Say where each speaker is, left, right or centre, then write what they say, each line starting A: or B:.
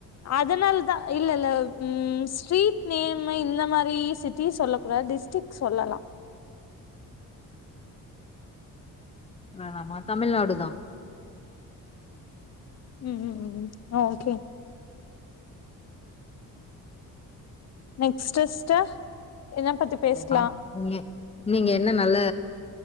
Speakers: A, on the left; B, on the left.
A: அதனால தா இல்ல இல்ல ம் ஸ்ட்ரீட் நேம்மு இந்த மாரி சிட்டி சொல்ல கூடாது டிஸ்டிக் சொல்லல
B: நா நா மா தமிழ்நாடு தா
A: ம் ம் ம் ஓகே நெக்ஸ்ட் சிஸ்டர் என்ன பத்தி பேசலா
B: அ நீங்க நீங்க என்ன நல்ல